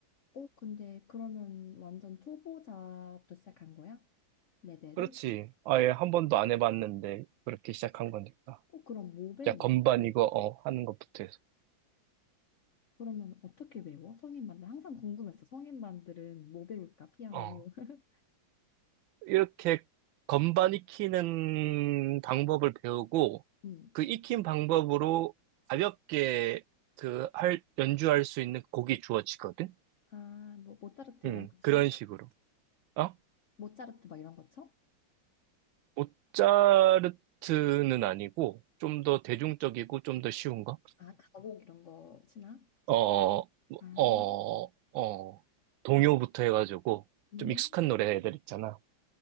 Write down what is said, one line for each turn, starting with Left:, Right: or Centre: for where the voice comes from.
Left: 어, 근데 그러면 완전 초보자부터 시작한 거야? 레벨을?
Right: 그렇지. 아예 한 번도 안 해봤는데 그렇게 시작한 거니까.
Left: 어, 그럼 뭐 배워?
Right: 자, 건반 이거 어 하는 것부터 해서.
Left: 그러면 어떻게 배워? 성인반들 항상 궁금했어. 성인반들은 뭐 배울까? 피아노.
Right: 어.
Left: <laughs>
Right: 이렇게 건반 익히는 방법을 배우고
Left: 음.
Right: 그 익힌 방법으로 가볍게 그 할 연주할 수 있는 곡이 주어지거든.
Left: 아, 뭐 모차르트
Right: 음,
Left: 이런 거 치나?
Right: 그런 식으로. 어?
Left: 모차르트 막 이런 거 쳐?
Right: 모차르트는 아니고 좀 더 대중적이고 좀 더 쉬운 거?
Left: 아, 가곡 이런 거 치나?
Right: 어, 어,
Left: 아,
Right: 어, 어, 동요부터 해가지고,
Left: 음,
Right: 좀 익숙한 노래들 있잖아.